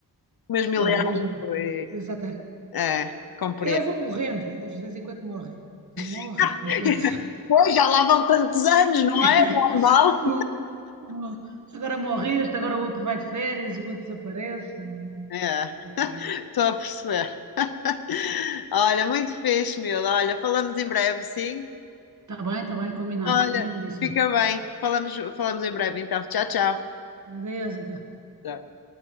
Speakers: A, on the left; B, on the right.
A: mesmo
B: sei
A: Ileana
B: lá, o mesmo.
A: foi.
B: Exatamente.
A: É, compreendo.
B: Eles vão morrendo, eles de vez em quando morrem. Um morre,
A: <laughs>
B: depois outro.
A: Pois, já lá vão tantos anos,
B: <laughs>
A: não é? Normal.
B: Um- um- Agora morre este, agora o outro vai de férias, o outro desaparece.
A: É,
B: Mas
A: <laughs>
B: está
A: estou a perceber. <laughs> Olha, muito fixe, miúdo. Olha, falamos em breve, sim?
B: bem, está bem, combinado,
A: Olha,
B: combinadíssimo.
A: fica bem. Falamos, falamos em breve, então. Tchau, tchau.
B: Adeus, então.
A: Tchau.